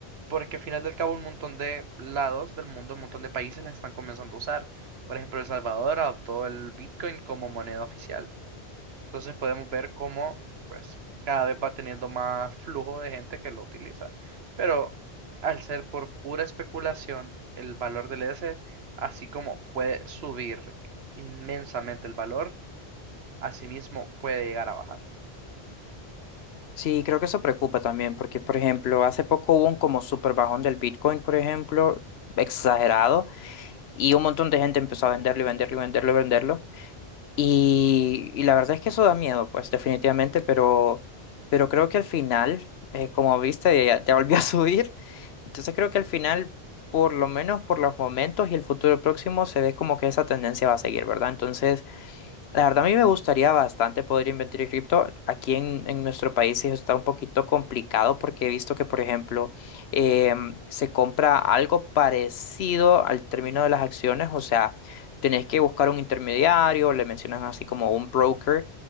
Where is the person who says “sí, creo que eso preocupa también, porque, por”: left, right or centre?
Left